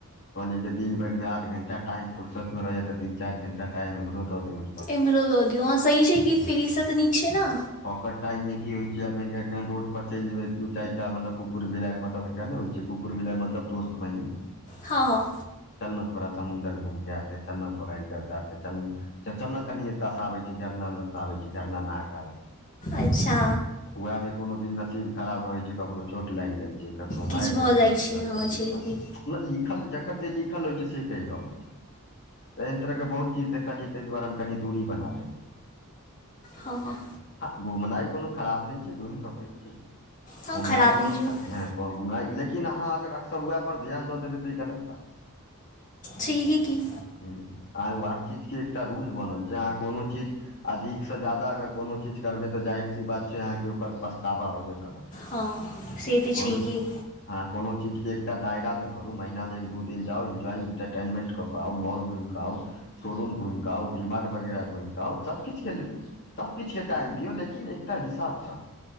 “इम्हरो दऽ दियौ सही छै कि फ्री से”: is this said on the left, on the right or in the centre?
Left